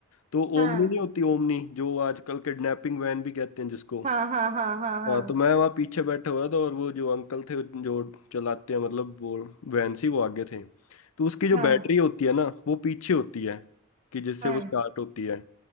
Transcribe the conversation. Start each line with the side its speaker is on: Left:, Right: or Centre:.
Left: तो
Right: हाँ
Left: ओमनी नहीं होती ओमनी जो आजकल किडनैपिंग वैन भी कहते हैं जिसको
Right: हाँ हाँ हाँ हाँ हाँ
Left: हाँ तो मैं वहाँ पीछे बैठा हुआ था और वो जो अंकल थे जो चलाते हैं मतलब वो वैन सी वो आगे थे तो उसकी जो
Right: हाँ
Left: बैटरी होती है ना वो पीछे होती है कि जिससे
Right: हाँ
Left: वो स्टार्ट होती है